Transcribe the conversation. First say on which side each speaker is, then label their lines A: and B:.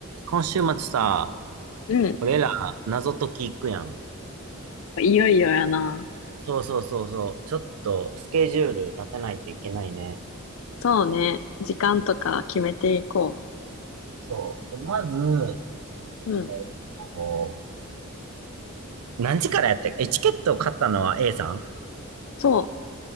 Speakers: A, on the right; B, on the left.
A: 今週末さ、
B: うん。
A: 俺ら謎解き行くやん。
B: いよいよやな。
A: そうそうそうそう。ちょっとスケジュール立てないといけないね。
B: そうね。時間とか決めていこ
A: そう。で、まず、
B: う。うん。
A: えっと、何時からやってえ、チケットを買ったのは A さん
B: そ